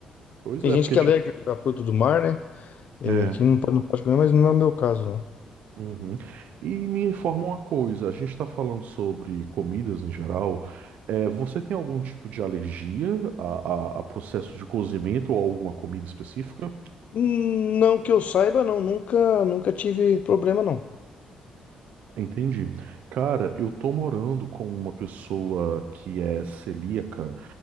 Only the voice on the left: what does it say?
Tem
gente
que
é alérgica a fruta do mar, né? É,
que não, po- não pode comer, mas não é o meu caso, não.
Hum, Não que eu saiba, não. Nunca, nunca tive problema, não.